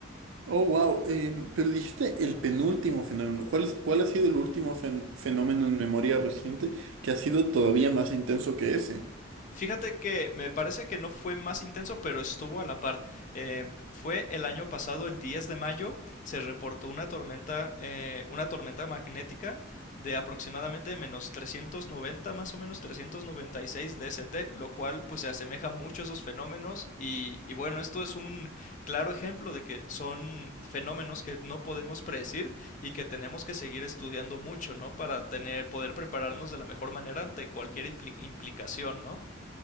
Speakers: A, on the right; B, on the left.
A: Oh, wow. em, pero dijiste el penúltimo fenómeno. ¿Cuál es- cuál ha sido el último fen- fenómeno en memoria reciente que ha sido todavía más intenso que ese?
B: Fíjate que me parece que no fue más intenso, pero estuvo a la par. Eh, fue el año pasado, el 10 de mayo, se reportó una tormenta, eh, una tormenta magnética de aproximadamente menos 390, más o menos 396 DST, lo cual pues se asemeja mucho a esos fenómenos y, y bueno, esto es un claro ejemplo de que son fenómenos que no podemos predecir y que tenemos que seguir estudiando mucho, ¿no? Para tener, poder prepararnos de la mejor manera ante cualquier impli- implicación, ¿no?